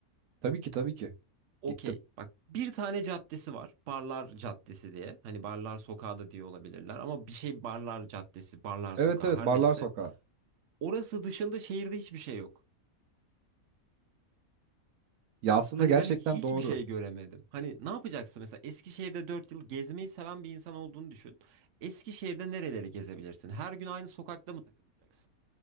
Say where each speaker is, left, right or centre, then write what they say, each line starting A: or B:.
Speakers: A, on the right (about 90°); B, on the right (about 65°).
A: Tabii ki tabii ki.
B: Okey.
A: Gittim.
B: Bak bir tane caddesi var. Barlar Caddesi diye. Hani Barlar Sokağı da diye olabilirler ama bir şey Barlar Caddesi, Barlar
A: Evet
B: Sokağı
A: evet
B: her
A: barlar
B: neyse.
A: sokağı.
B: Orası dışında şehirde hiçbir şey yok.
A: Ya aslında
B: Hani
A: gerçekten
B: ben hiçbir
A: doğru.
B: şey göremedim. Hani ne yapacaksın mesela Eskişehir'de 4 yıl gezmeyi seven bir insan olduğunu düşün. Eskişehir'de nereleri gezebilirsin? Her gün aynı sokakta mı takılacaksın?